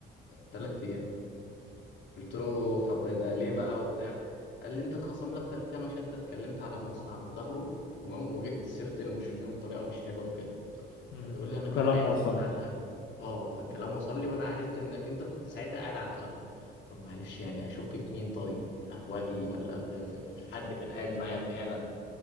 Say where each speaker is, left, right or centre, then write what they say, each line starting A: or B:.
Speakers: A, on the left; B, on the left.
A: ثلاث ايام قلت له طب ده ليه بقى وبتاع قال لي انت اتخصم لك ثلاث ايام عشان انت اتكلمت على المصنع من ظهره تمام وجبت سيره المشرفين بطريقه مش حلوه وكده
B: امم
A: فبيقول لي
B: والكلام
A: انا كمان عرفت
B: وصلني
A: من على القهوه اه الكلام وصل لي وانا عرفت انك انت كنت ساعتها قاعد على القهوه طب معلش يعني اشك في مين طيب في القهوجي ولا في في- في حد كان قاعد معايا فعلا